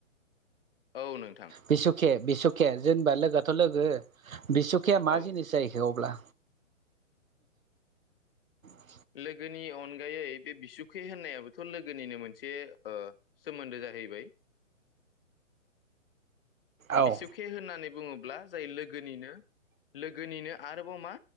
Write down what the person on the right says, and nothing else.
बिसुखे बिस खे जेनबा लोगोथ लोगो बिसुखिया मा
जिनिस जाहैखो अब्ला? <inaudible>
औ